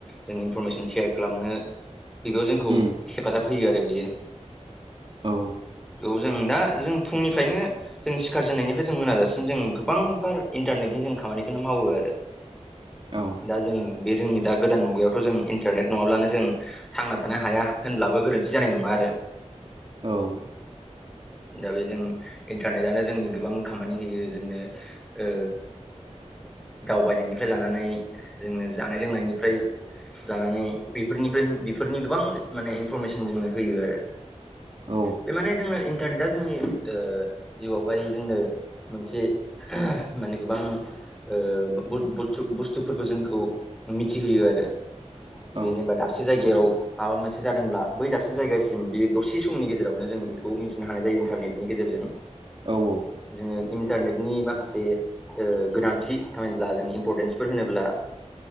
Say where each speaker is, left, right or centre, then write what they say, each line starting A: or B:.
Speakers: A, in the centre; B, on the right.
A: जों इनफरमेसन सेयार खालामनो बियाव जोंखौ
B: उम
A: हेफाजाब होयो आरो बियो।
B: औ
A: जों दा जों फुंनिफ्रायनो जों सिखार जेननायनिफ्राय जों मोनाजासिम जों गोबां बार इन्टारने जों खामानिखौनो मावो आरो
B: औ
A: दा जों बे जोंनि दा गोदान मुगायावथ' जों इन्टारनेट नङाब्लानो जों थांना थानो हाया होनब्लाबो गो रोनथि जानाय नङा आरो।
B: औ
A: दा बे जों इन्टारनेटआनो जोंनि गोबां खामानि होयो जोंनो ओ दावबायनायनिफ्राय लानानै जोंनो जानाय लोंनायनिफ्राय जानानै बेफोरनिफ्राय बेफोरनि गोबां माने इनफरमेसन जोंनो होयो आरो।
B: औ
A: बे माने जोंनो इन्टारनेटआ जोंनि ओ जिउआवहाय जोंनो मोनसे माने गोबां ओ बुलतुब-बुस्थुफोरखौ जोंखौ मिथिहोयो आरो। बे
B: औ
A: जेनेबा दाबसे जायगायाव माबा मोनसे जादोंब्ला बै दाबसे जायगासिम बे दसे समनि गेजेरावनो जों बेखौ मिथि नो हानाय जायो इन्टारनेटनि गेजेरजों
B: औ औ
A: जोङो इन्टारनेटनि माखासे ओ गोनांथि होनोब्ला जोंनि इम्परटेन्सफोर होनोब्ला